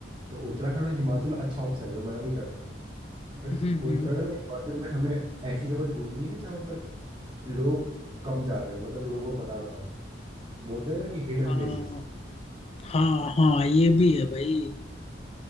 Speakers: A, on the right (about 30°); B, on the left (about 30°).
A: तो उत्तराखंड और हिमाचल अच्छा ऑप्शन है मैं मना नहीं कर रहा हूँ बट
B: हम्म हम्म
A: उत्तराखंड और हिमाचल में हमें ऐसी जगह ढूंढनी है जहाँ पर लोग कम जा रहे हो मतलब लोगों को पता ना हो बोलते हैं ना कि हिडन
B: हाँ
A: प्लेसेस
B: हाँ हाँ ये भी है भाई